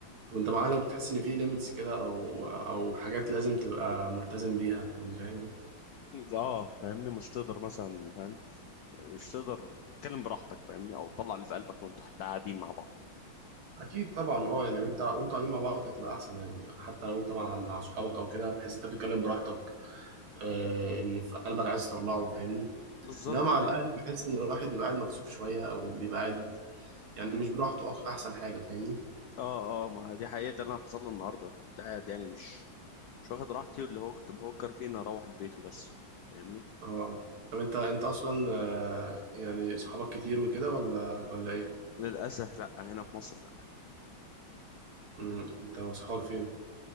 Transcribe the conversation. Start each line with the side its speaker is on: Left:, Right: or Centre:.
Right: وانت مع اهلك بتحس ان في ليميتس كده او او حاجات لازم تبقى ملتزم بيها يعني فاهم
Left: اه فاهمني مش تقدر مثلا فاهم مش تقدر تتكلم براحتك فاهمني او تطلع اللي في قلبك وانتوا حتى قاعدين مع بعض
Right: اكيد طبعا اه يعني وانت وانتوا قاعدين مع بعض هتبقى احسن يعني حتى لو انت مع مع صحابك او كده هتحس انت بتتكلم براحتك آه، اللي في قلبك عايز تطلعه فاهمني
Left: بالظبط
Right: انما مع الاهل
Left: دي
Right: بحس ان الواحد بيبقى قاعد مكسوف شويه او بيبقى قاعد يعني مش براحته أك- احسن حاجة فاهمني
Left: اه اه ما دي حقيقه ده اللي أنا حصل لي النهارده كنت قاعد يعني مش مش واخد راحتي واللي هو كنت بفكر فيه اني اروح البيت وبس فاهمني
Right: اه طب انت انت اصلا آه، يعني صحابك كتير وكده ولا ولا ايه
Left: للاسف لا هنا في مصر لا،
Right: مم. انت وصحابك فين